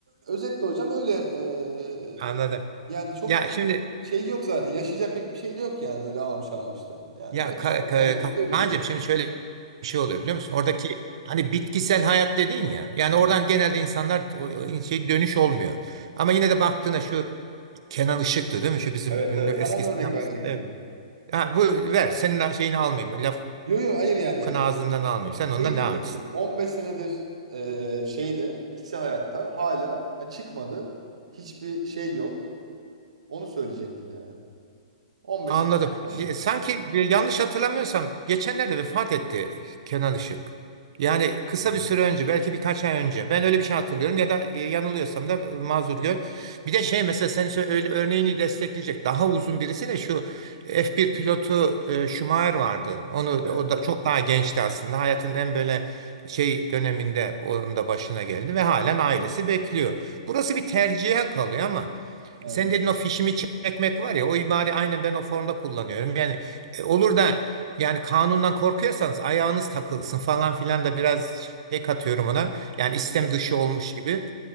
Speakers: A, on the right; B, on the right.
A: özetle hocam öyle e,
B: <laughs> Anladım.
A: yani çok
B: Ya şimdi
A: bir şey yok zaten. Yaşayacak pek bir şey de yok yani öyle ağam şağım işte. Yani
B: Ya
A: yaşadık
B: Ka- Ka-
A: geldik
B: Ka-
A: gidiyoruz
B: Kaan'cığım
A: yani.
B: şimdi şöyle bir şey oluyor biliyor musun? Oradaki hani bitkisel hayat dedin ya. Yani
A: Hı hı.
B: oradan genelde insanlar o, o şey dönüş olmuyor. Ama yine de baktığına şu Kenan Işık'tı değil mi? Şu bizim
A: Evet
B: ünlü
A: evet
B: eski
A: tam onu örnek
B: sinemacı.
A: verecektim.
B: Evet. Ha, bu ver senin şeyini almayayım. lafın
A: Yok yok hayır yani
B: ağzından almayayım. Sen
A: şey
B: ondan
A: diyecektim.
B: devam et
A: 15 senedir e, şeyde bitkisel hayatta hala ha, çıkmadı. Hiçbir şey yok. Onu söyleyecektim yani. 15
B: Anladım.
A: sene erken
B: Şi-
A: evde.
B: Sanki e, yanlış hatırlamıyorsam geçenlerde vefat etti Kenan Işık. Yani kısa
A: Hı hı.
B: bir süre önce, belki birkaç ay önce. Ben öyle bir şey hatırlıyorum ya da e, yanılıyorsam da e, mazur gör. Bir de şey mesela senin sö- öyle örneğini destekleyecek daha uzun birisi de şu F1 pilotu e, Schumacher vardı. Onu
A: Evet,
B: o da çok daha gençti aslında. Hayatının en böyle şey döneminde onun da başına geldi ve halen ailesi bekliyor. Burası bir tercihe kalıyor ama
A: evet.
B: sen dedin o fişimi çekmek var ya o ibare aynen ben o formda kullanıyorum. Yani e, olur da yani kanundan korkuyorsanız ayağınız takılsın falan filan da biraz şey katıyorum ona. Yani
A: Hı
B: istem
A: hı.
B: dışı olmuş gibi.